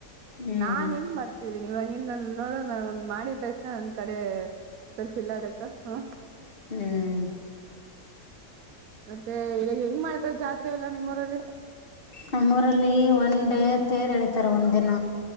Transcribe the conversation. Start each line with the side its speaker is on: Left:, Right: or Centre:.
Left: ಹ್ಮ್
Right: ನಾನ್ ಹೆನ್ ಮಾಡ್ತಿದ್ದೀನಿ ಇವಾಗ ನೀನ್ ನೋಡೋ ನ ಮಾಡಿದ ತಕ್ಷಣ ಒಂದ ಕರೆ ತರ್ಸಿಲ್ಲ ಅದಕ್ಕ ಹ
Left: ಹ್ಮ್
Right: ಮತ್ತೆ ಇವಾಗ ಹೆಂಗ್ ಮಾಡ್ತಾರ ಜಾತ್ರೆ ಎಲ್ಲ ನಿಮ್ಮವರಲ್ಲಿ
Left: ನಮ್ಮ ೂರಲ್ಲಿ ಒನ್ ಡೇ ತೇರು ಎಳೀತಾರೆ ಒಂದು ದಿನ